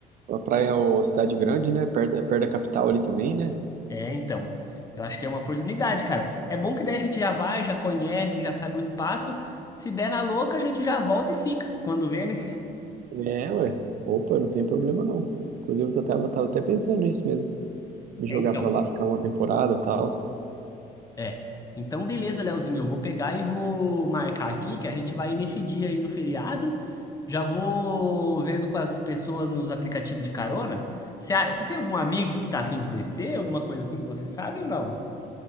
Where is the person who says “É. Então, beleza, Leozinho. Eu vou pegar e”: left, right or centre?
Left